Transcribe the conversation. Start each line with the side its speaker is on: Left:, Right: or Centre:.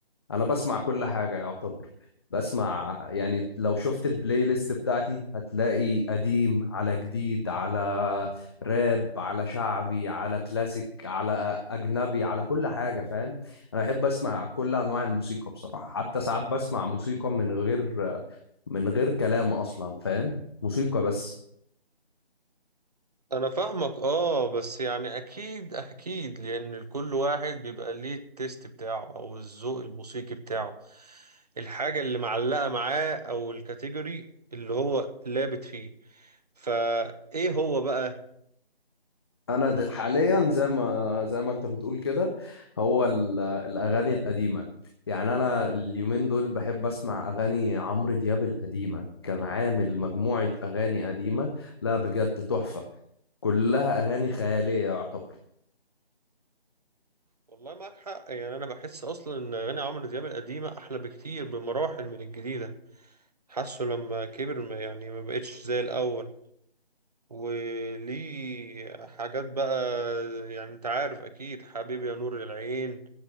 Left: انا بسمع كل حاجه يعتبر بسمع يعني لو شفت البلاي ليست بتاعتي هتلاقي قديم على جديد على راب على شعبي على كلاسيك على اجنبي على كل حاجه فاهم انا بحب اسمع كل انواع الموسيقى بصراحه حتى ساعات بسمع موسيقى من غير من غير كلام اصلا فاهم موسيقى بس
Right: انا فاهمك اه بس يعني اكيد اكيد لان كل واحد بيبقى ليه التيست بتاعه او الذوق الموسيقي بتاعه الحاجة اللي معلقة معاه او الكاتيجوري اللي هو لابت فيه فايه هو بقى
Left: انا د- حاليا زي ما زي ما انت بتقول كده هو ال- الاغاني القديمه يعني انا اليومين دول بحب اسمع اغاني عمرو دياب القديمه كان عامل مجموعه اغاني قديمه لا بجد تحفه كلها اغاني خياليه يعتبر
Right: والله معاك حق يعني انا بحس اصلا ان اغاني عمرو دياب القديمة احلى بكتير بمراحل من الجديدة حاسه لما كبر ما- يعني ما بقتش زي الاول وليه حاجات بقى يعني انت عارف اكيد حبيبي يا نور العين